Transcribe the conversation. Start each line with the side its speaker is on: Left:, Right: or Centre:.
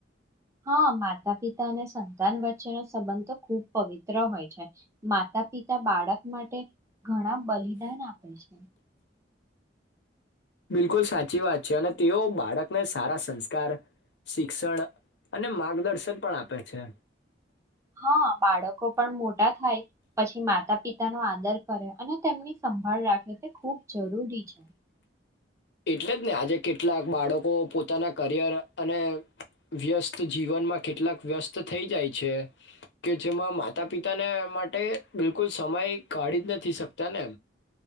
Right: હા માતા પિતા અને સંતાન વચ્ચેનો સંબંધ તો ખૂબ પવિત્ર હોય છે માતા પિતા બાળક માટે ઘણા બલિદાન આપે છે.
Left: બિલકુલ સાચી વાત છે અને તેઓ બાળકને સારા સંસ્કાર શિક્ષણ અને માર્ગદર્શન પણ આપે છે.
Right: હા બાળકો પણ મોટા થાય પછી માતા પિતા તેનો આદર કરે અને તેમની સંભાળ રાખે તે ખૂબ જરૂરી છે.
Left: એટલે જ ને આજે કેટલાક બાળકો પોતાના કરિયર અને વ્યસ્ત જીવનમાં કેટલાક વ્યસ્ત થઈ જાય છે કે જેમાં માતા પિતાને માટે બિલકુલ સમય કાઢી જ નથી શકતા ને